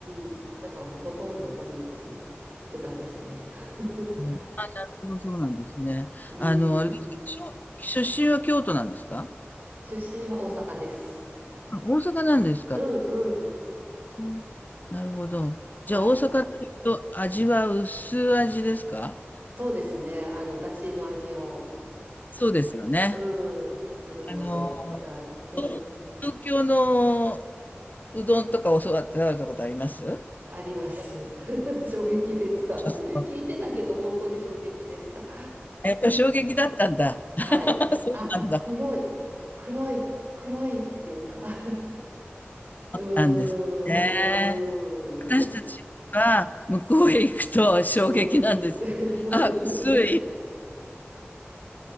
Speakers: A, on the right; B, on the left.
A: ん、うん。なんかもうほとんど毎日豚ですね。<laughs>
B: ね、そうそうなんですね。
A: うん。
B: あの、あれですか、しょ出身は京都なんですか
A: 出身は大阪です。
B: あ、大阪なんですか
A: うん、うん。
B: うんなるほど。
A: はい。
B: じゃあ大阪っていうと味は薄味ですか
A: そうですね。あの、だしの味を
B: そうですよね。
A: うん、するので、
B: あの、
A: また、う
B: と東京の
A: ん、
B: うどんとか教わって食べたことあります
A: あります。<laughs> 衝撃でした。
B: ちょっと
A: もう聞いてたけど、本当に衝撃でした。
B: やっぱり衝撃だったんだ。<laughs>
A: はい。
B: そうなんだ。
A: あ、黒い、
B: そう
A: 黒い、黒いっていうか <laughs> うーん、
B: なんですね。私たちは向こうへ行くと衝撃なんですよ。
A: うーん、うん。<laughs> そうですよね。
B: あ、薄い。